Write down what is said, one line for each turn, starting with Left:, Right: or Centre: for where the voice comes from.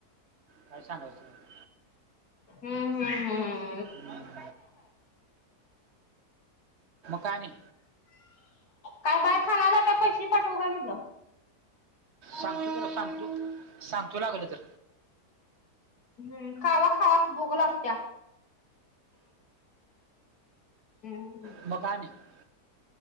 Right: काय सांगायचय?
Left: हम्, हम्, हम्.
Right: मग काय आणि?
Left: काय बाहेर खाणाराय का? पैसे पाठवू काय म्हणलं.
Right: सांगतो तुला, सांगतो. सांगतो लागलं तर.
Left: हम्म. खावा- खावा, भुक लागत्या. हम्म.
Right: <unintelligible>